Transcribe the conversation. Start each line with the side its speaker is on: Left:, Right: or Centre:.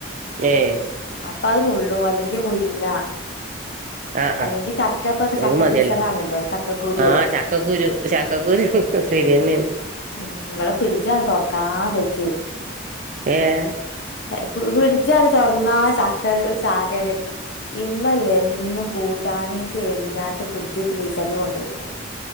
Right: ഏഹ്.
Left: അപ്പൊ അഅ്‌ ന്നുള്ളും അല്ലെങ്കി മുരിങ്ങാ.
Right: ആ ആ
Left: അല്ലെങ്കി ചക്ക പ്പ ചക്ക
Right: അത് മതിയല്ലോ
Left: സീസണാ ആണല്ലോ ചക്കക്കുരു
Right: ആ ചക്കക്കുരു ചക്കക്കുരു സേരിന്നേണ്.
Left: ഉം ഇവടെ പിടിച്ചാ തെർക്കാം വെജ്ജയ്.
Right: ഏഹ്?
Left: പ് പിടിച്ചട് തൊർന്നാ ചക്ക ചാകരേ. ഇമ്മല്ലേ എന്നും കൂട്ടാനേക്ക് എര്ഞ്ഞാട്ട് പ്ടിച്ച് ഫ്രീസർല് കൊണ്ടേയക്കും.